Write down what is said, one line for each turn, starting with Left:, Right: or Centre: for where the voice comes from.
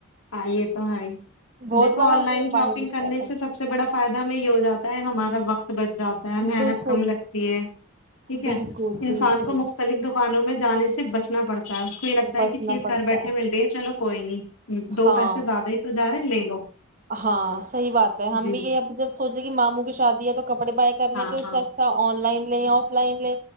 Left: ہاں یہ تو ہے ہی
Right: بہت
Left: دیکھو
Right: بار
Left: آن
Right: ہم
Left: لائن
Right: نے باہر
Left: شاپنگ
Right: بھی
Left: کرنے
Right: کیا تھا
Left: سے سب سے بڑا فائدہ ہمیں یہ ہو جاتا ہے ہمارا وقت بچ جاتا ہے محنت
Right: بالکل
Left: کم لگتی ہے ٹھیک ہے
Right: بالکل بالکل
Left: انسان کو مختلف دکانوں میں جانے سے بچنا پڑتا ہے اس کو یہ لگتا
Right: بچنا
Left: ہے کہ چیز
Right: پڑتا
Left: گھر بیٹھے مل رہی ہے چلو کوئی نہیں دو
Right: ہاں
Left: پیسے زیادہ ہی تو جارہے لے لو
Right: ہاں صحیح بات ہے ہم
Left: جی
Right: بھی یہ اب جب سوچے کہ ماموں کی شادی ہے کپڑے بائی کرنے
Left: ہاں
Right: ہیں تو اس
Left: ہاں
Right: سے اچھا online line offline لے